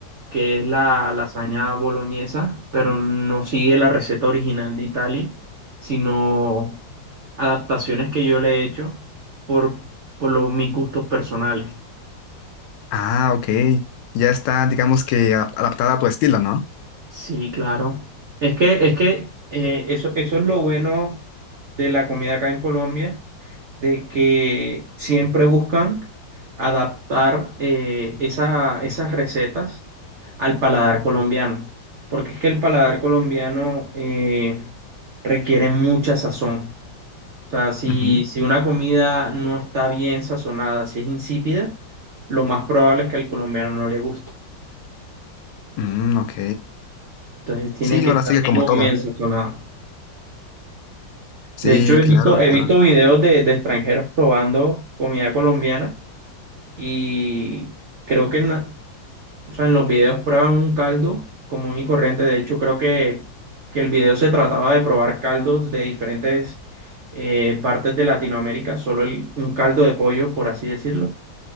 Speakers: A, on the right (about 75°); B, on the left (about 75°).
A: que es la lasaña boloñesa, pero no sigue la receta original de Italia, sino adaptaciones que yo le he hecho por, por los, mis gustos personales.
B: Ah, ok. Ya está, digamos que adap- adaptada a tu estilo, ¿no?
A: Sí, claro. Es que, es que eh, eso, eso es lo bueno de la comida acá en Colombia, de que siempre buscan adaptar eh, esa- esas recetas al paladar colombiano, porque es que el paladar colombiano eh, requiere mucha sazón. O sea, si,
B: Ujú.
A: si una comida no está bien sazonada, si es insípida, lo más probable es que al colombiano no le guste.
B: Mm, ok.
A: Entonces tiene
B: Sí,
A: que
B: ahora
A: estar
B: sigue como
A: muy
B: todo.
A: bien sazonada.
B: Sí,
A: De hecho, he
B: claro,
A: visto, he
B: claro.
A: visto videos de, de extranjeros probando comida colombiana y creo que en, la- o sea, en los videos prueban un caldo común y corriente. De hecho, creo que, que el video se trataba de probar caldos de diferentes eh, partes de Latinoamérica, solo el- un caldo de pollo, por así decirlo.